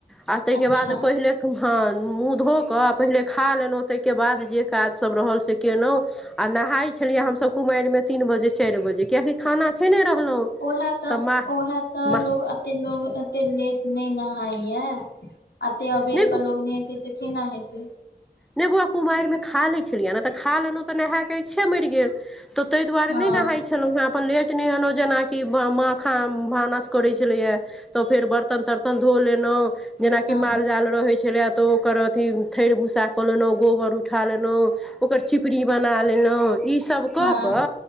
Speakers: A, in the centre; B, on the left.
A: आ ताहिके
B: अच्छा
A: बाद पहिले हँ मुँह धोक पहिले खा लेलहुँ ताहिके बाद जे काज सब रहल से केलहुँ आ नहाइ छलियै हम सब कुमारिमे तीन बजे चारि बजे, कियाकि खाना खेने रहलहुँ
B: ओहे त
A: तऽ माँ
B: ओहे त
A: माँ
B: लोग एते लोग एते लेट नहि नहाय ये, एते अबेर
A: नहि
B: के लोग नहेतै त केना हेतै?
A: नहि बौआ कुमारिमे खा लै छलियै ने त खा लेलहुँ त नहाए के इच्छे मरि गेल त तै दुआरे
B: हँ
A: नहि नहाय छलौं हें अपन लेट नहेलौं जेनाकि माखा भानस करै छलैये तऽ फेर बर्तन तर्तन धो लेलहुँ जेनाकि
B: हँ
A: माल जाल रहै छलै तऽ ओकर अथि थैर भूस्सा कऽ लेलहुँ गोबर उठा लेलहुँ ओकर चिपरी बना लेलहुँ ईसब कऽ
B: हँ
A: कऽ